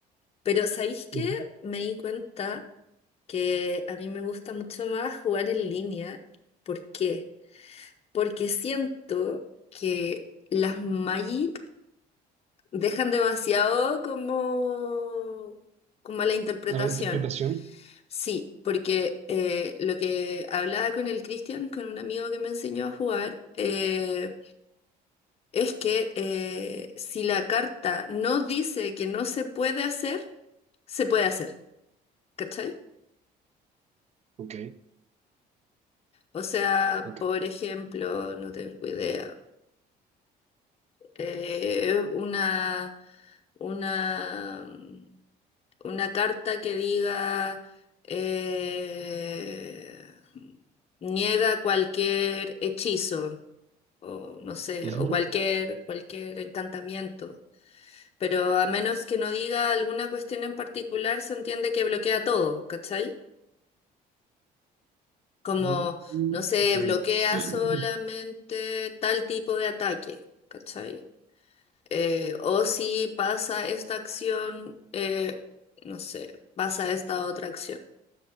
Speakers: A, on the left; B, on the right.
A: Pero ¿sabéis qué?
B: ujú.
A: Me di cuenta que a mí me gusta mucho más jugar en línea. ¿Por qué? Porque siento que las Magic dejan demasiado como, como a la interpretación.
B: A la interpretación.
A: Sí, porque eh, lo que hablaba con el Cristian, con un amigo que me enseñó a jugar, eh, es que eh, si la carta no dice que no se puede hacer, se puede hacer, ¿cachai?
B: Ok,
A: O sea,
B: ok.
A: por ejemplo, no tengo idea. eh, es una, una, mm, una carta que diga eh, niega cualquier hechizo o no sé,
B: Ujú,
A: o cualquier, cualquier encantamiento. Pero a menos que no diga alguna cuestión en particular, se entiende que bloquea todo, ¿cachai? Como,
B: ujú,
A: no sé,
B: ok.
A: bloquea
B: <clears throat>
A: solamente tal tipo de ataque, ¿cachai? eh, o si pasa esta acción, eh, no sé, pasa esta otra acción.